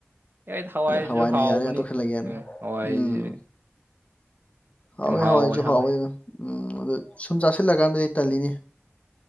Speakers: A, on the right (about 55°); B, on the left (about 30°).
A: ꯌꯥꯏꯗ ꯍꯋꯥꯏꯁꯨ
B: ꯍꯋꯥꯏ
A: ꯍꯥꯎꯕꯅꯤ
B: ꯅꯩꯅ ꯌꯥꯅꯦꯦ ꯑꯇ ꯈꯦꯂꯒꯦꯅ
A: ꯀꯩꯅꯣ ꯍꯋꯥꯏꯁꯤ
B: ꯎꯝ ꯍꯥꯎꯋꯦ
A: ꯌꯥꯝ ꯍꯥꯎꯕꯅꯦ
B: ꯍꯥꯎꯋꯏꯁꯨ
A: ꯍꯋꯥꯏ
B: ꯍꯥꯎꯋꯦ ꯑꯗꯨꯝ ꯎꯝ ꯑꯗꯨ ꯁꯨꯝ ꯆꯥꯁꯤꯜꯂꯀꯥꯟꯗꯗꯤ ꯇꯜꯂꯤꯅꯤ